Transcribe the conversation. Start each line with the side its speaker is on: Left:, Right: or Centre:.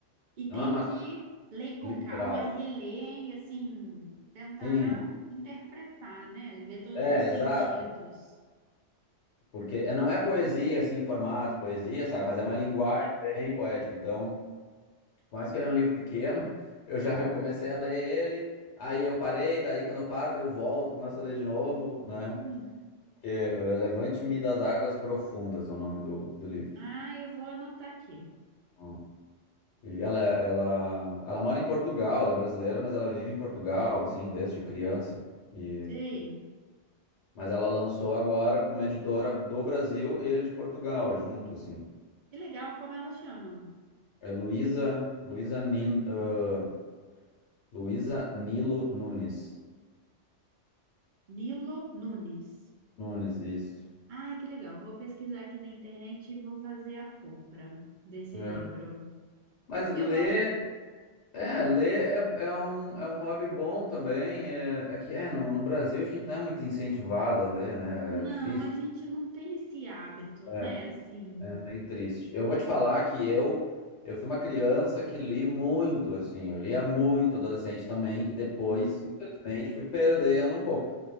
Right: E
Left: não
Right: tem
Left: é uma
Right: que
Left: coisa
Right: ler com
Left: literal.
Right: calma, reler e assim, tentar
Left: Sim,
Right: interpretar, né? Ver todos
Left: é,
Right: os sentidos.
Left: exato. Porque é, não é poesia, assim, em formato poesia, sabe? Mas é uma linguagem bem poética. Então, por mais que ele é um livro pequeno, <laughs> eu já eu comecei a ler ele, aí eu parei, daí quando eu paro, daí eu volto, começo a ler de novo, né?
Right: Uhum.
Left: Que, eh, Levante-me das Águas Profundas é o nome do, do livro.
Right: Ah, eu vou anotar aqui.
Left: Hum. E ela, ela, ela mora em Portugal, ela é brasileira, mas ela vive em Portugal, assim, desde criança. E,
Right: Ei,
Left: mas ela lançou agora para uma editora do Brasil e de Portugal, é junto, assim.
Right: que legal como ela chama.
Left: É Luísa, Luísa Nin, ah, Luísa Nilo Nunes.
Right: Nilo Nunes.
Left: Nunes, isso.
Right: Ai, que legal. Vou pesquisar aqui na internet e vou fazer a compra desse
Left: É.
Right: livro.
Left: Mas ler,
Right: Eu gosto.
Left: é, ler é, é um, é um hobby bom também. É, é que é, no, no Brasil a gente não é muito incentivado a ler, né?
Right: Não,
Left: É difícil.
Right: a gente não tem esse hábito,
Left: É.
Right: né? Assim.
Left: É meio triste. Eu vou te falar que eu eu fui uma criança que li muito, assim, eu lia muito adolescente também e depois,
Right: Uhum.
Left: infelizmente, fui perdendo um pouco.